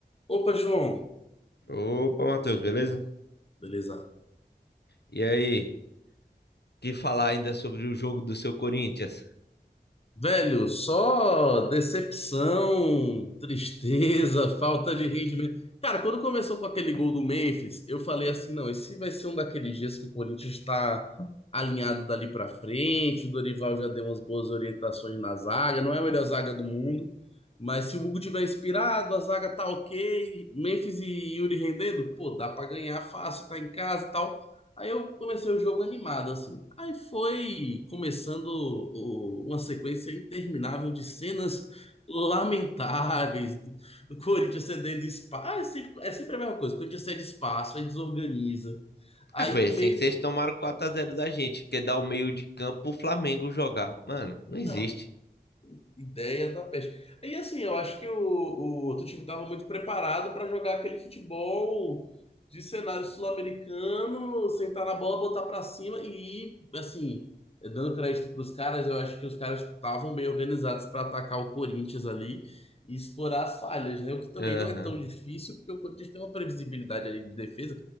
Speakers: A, on the left; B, on the left.
A: Opa, João.
B: Opa, Matheus, beleza?
A: Beleza.
B: E aí, que falar ainda sobre o jogo do seu Corinthians?
A: Velho, só decepção, tristeza, <laughs> falta de rendimento. Cara, quando começou com aquele gol do Memphis, eu falei assim, não, esse vai ser um daqueles dias que o Corinthians está alinhado dali pra frente, o Dorival já deu umas boas orientações na zaga, não é a melhor zaga do mundo, mas se o Hugo tiver inspirado, a zaga tá ok, Memphis e Yuri rendendo, pô, dá pra ganhar fácil, tá em casa e tal. Aí eu comecei o jogo animado, assim. Aí foi começando o- uma sequência interminável de cenas lamentáveis. Do Corinthians cedendo espaço. Ah, é sempre, é sempre a mesma coisa. O Corinthians cede espaço, aí desorganiza. Aí
B: Ah, foi
A: do
B: assim
A: meio.
B: que vocês tomaram quatro a zero da gente, que dá o meio de campo pro Flamengo jogar. Mano, não existe.
A: Não. Ideia da peste. E assim, eu acho que o, o outro time estava muito preparado para jogar aquele futebol de cenário sul-americano, sentar na bola, botar para cima e, assim, eh, dando crédito para os caras, eu acho que os caras estavam bem organizados para atacar o Corinthians ali e explorar as falhas, né? O que também
B: Aham.
A: não é tão difícil, porque o Corinthians tem uma previsibilidade ali de defesa